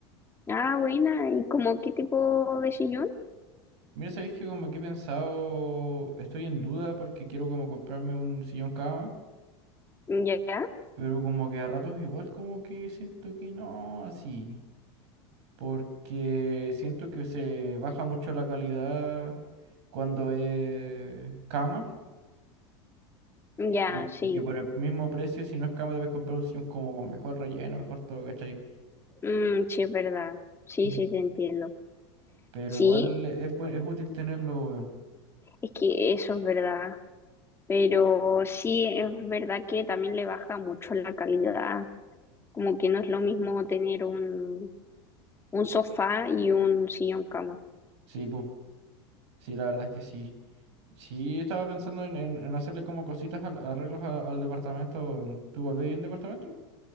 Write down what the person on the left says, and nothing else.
Ah, buena, ¿y como qué tipo de sillón?
Ya,
ya,
sí.
Mm, sí, es verdad. Sí,
sí, te entiendo.
Sí,
es que eso es verdad, pero sí, es verdad que también le baja mucho la calidad, como que no es lo mismo tener un, un sofá y un sillón cama.